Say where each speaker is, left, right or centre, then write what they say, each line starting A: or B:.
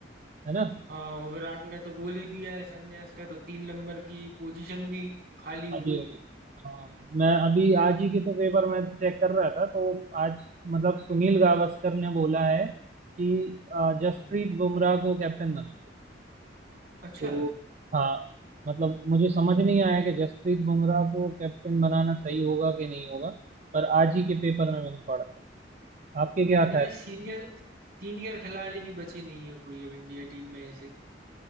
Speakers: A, on the right (about 40°); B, on the right (about 55°).
A: है ना
B: हाँ और विराट ने तो बोल ही दिया है संन्यास का तो तीन नंबर की पोजीशन भी खाली हो
A: खाली
B: गई
A: हो
B: है
A: गई हाँ मैं अभी आज ही के तो पेपर में चेक कर रहा था तो आज मतलब सुनील गावस्कर ने बोला है कि अ, जसप्रीत
B: हम्म
A: बुमराह को कैप्टन बना दो
B: अच्छा
A: तो हाँ मतलब मुझे समझ नहीं आया कि जसप्रीत बुमराह को कैप्टन बनाना सही होगा कि नहीं होगा पर आज ही के पेपर में मैंने पढ़ा था आपके क्या
B: यार
A: था
B: सीनियर सीनियर खिलाड़ी भी बचे नहीं है कोई अब इंडिया टीम में ऐसे